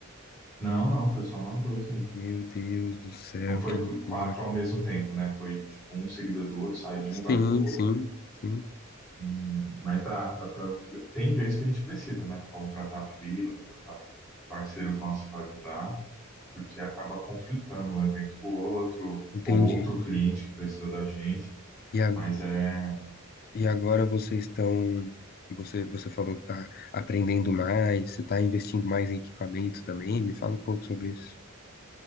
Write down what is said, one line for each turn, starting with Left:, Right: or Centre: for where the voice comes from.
Centre: Não, não, foi só nós dois mesmo.
Left: Meu Deus do céu,
Centre: Não foi
Left: que loucura.
Centre: qu- quatro ao mesmo tempo, né? Foi tipo um seguido do outro, sai de
Left: Sim,
Centre: um, vai pro outro.
Left: sim, sim,
Centre: E, mas dá, dá pra, tem vez que a gente precisa, né? Contratar freela, contratar parceiros nossos para ajudar, porque acaba conflitando um evento com o outro,
Left: entendi.
Centre: ou outro cliente que precisa da gente.
Left: E agora
Centre: Mas é,
Left: E agora vocês estão. Você, você falou que está aprendendo mais, você está investindo mais em equipamento também. Me fala um pouco sobre isso.